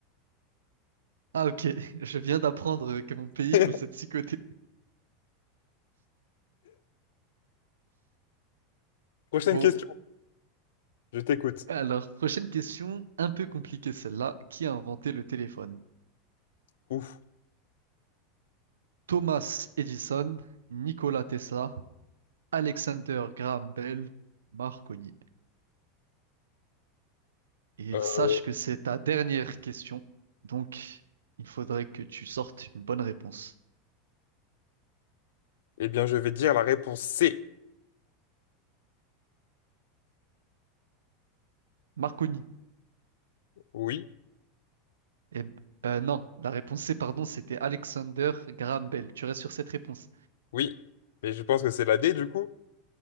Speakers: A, on the right; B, on the left.
A: Ah, ok. <laughs> Je viens d'apprendre que mon pays
B: <laughs>
A: possède 6 côtés.
B: Prochaine
A: Bon,
B: question, je t'écoute.
A: alors, prochaine question, un peu compliquée celle-là. Qui a inventé le téléphone?
B: Ouf.
A: Thomas Edison, Nikola Tesla, Alexander Graham Bell, Marconi. Et
B: Euh,
A: sache que c'est ta dernière question, donc il faudrait que tu sortes une bonne réponse.
B: eh bien, je vais dire la réponse C.
A: Marconi.
B: Oui,
A: Et, euh, non, la réponse C, pardon, c'était Alexander Graham Bell. Tu restes sur cette réponse.
B: oui. Mais je pense que c'est la D du coup.